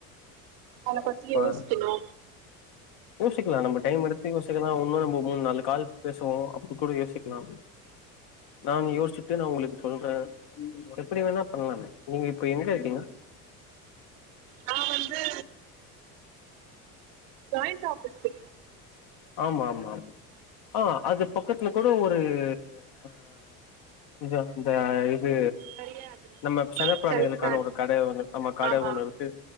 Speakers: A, on the right; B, on the left.
A: அத பத்தி
B: இப்ப
A: யோசிக்கெணு
B: யோசிக்கலா நம்ம டைம் எடுத்து யோசிக்கலா ஒன்னு நம்ம மூனு நாலு கால் பேசுவோ அப்போ கூட யோசிக் லா நானு யோசிச்சுட்டு நா உங்களுக்கு சொல்ற எப்பிடி வேணா பண்ணலாமே நீங்க இப்ப எங்க இருக்கீங்க
A: நா வந்து ஜாய்ண்ட் ஆபீஸ்க்கு
B: ஆமா ஆமா ஆமா ஆ அது பக்கத்துல கூட ஒரு ஆ இது அந்த இது
A: நெறைய அது
B: நம்ம செனப்பிராணிகளுக்கான
A: செல்ல பிராணிகள்
B: ஒரு கட ஒன்னு நம்ம கட
A: ஆமா
B: ஒன்னு இருக்கு